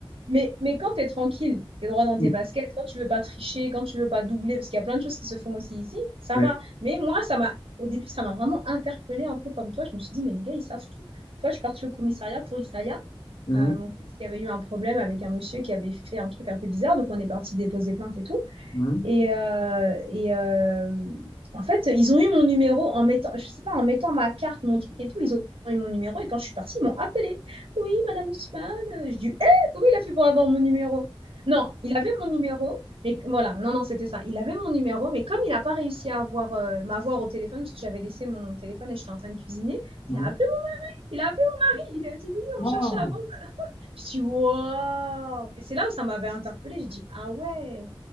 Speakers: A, on the right; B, on the left.
A: Mais, mais quand t'es tranquille, t'es droit dans
B: oui,
A: tes baskets, quand tu veux pas tricher, quand tu veux pas doubler, parce qu'il y a plein de choses qui se font aussi ici, ça
B: ouais.
A: va. Mais moi, ça m'a. Au début, ça m'a vraiment interpellée un peu comme toi. Je me suis dit, mais les gars, ils savent tout. Une fois, je suis partie au commissariat pour Issaïa.
B: Mhm,
A: Euh, mon fils, il y avait eu un problème avec un monsieur qui avait fait un truc un peu bizarre, donc on est parti déposer plainte et tout.
B: mhm,
A: Et, euh, et euh, en fait, ils ont eu mon numéro en mettant, je sais pas, en mettant ma carte, mon truc et tout, ils ont eu mon numéro. Et quand je suis partie, ils m'ont appelé. Oui, Madame Ousmane. Je dis, hé, comment il a fait pour avoir mon numéro? Non, il avait mon numéro, mais voilà, non, non, c'était ça. Il avait mon numéro, mais comme il n'a pas réussi à avoir, euh, m'avoir au téléphone, parce que j'avais laissé mon téléphone et j'étais en train de cuisiner,
B: mhm.
A: il a appelé, mon- il a appelé mon mari. Il a dit oui,
B: Waouh.
A: on cherchait avant je dis, wow! Et c'est là où ça m'avait interpellée. J'ai dit, ah ouais,